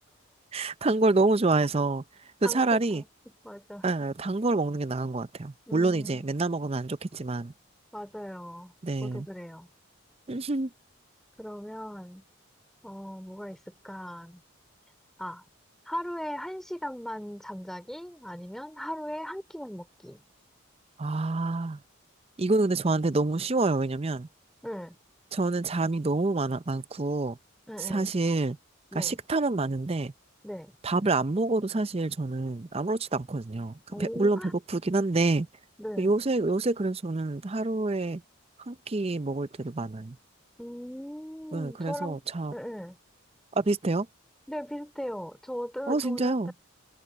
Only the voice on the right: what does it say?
<laughs> 단 걸 너무 좋아해서 그
차라리
예, 단걸 먹는 게 나은 것 같아요.
물론 이제 맨날 먹으면 안 좋겠지만
네.
<laughs>
아, 이거는 근데 저한테 너무 쉬워요. 왜냐면
저는 잠이 너무 많아, 많고
사실
그러니까 식탐은 많은데
밥을 안 먹어도 사실 저는 아무렇지도 않거든요. 그
배- 물론 배고프긴 한데
요새 요새 그래서 저는 하루에 한 끼 먹을 때도 많아요.
네, 그래서
자,
아 비슷해요?
어
진짜요?